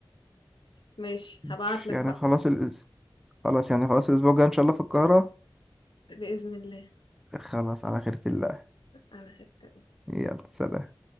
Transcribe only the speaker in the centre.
مش-
يعني
خلاص الأس... خلاص يعني خلاص الاسبوع الجاي ان شاء الله في القاهره
خلاص على خيرة الله
يلا سلام